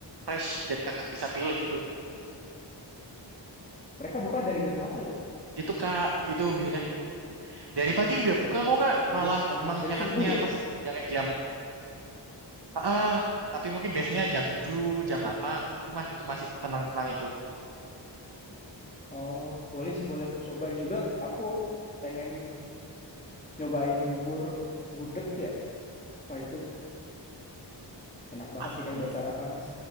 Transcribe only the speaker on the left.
mereka buka dari jam berapa ya
dari
pagi
dari
subuh ya
oh boleh sih boleh aku coba juga aku pengen nyobain bubur gudeg ya wah itu enak banget
sih kayak
buat sarapan mas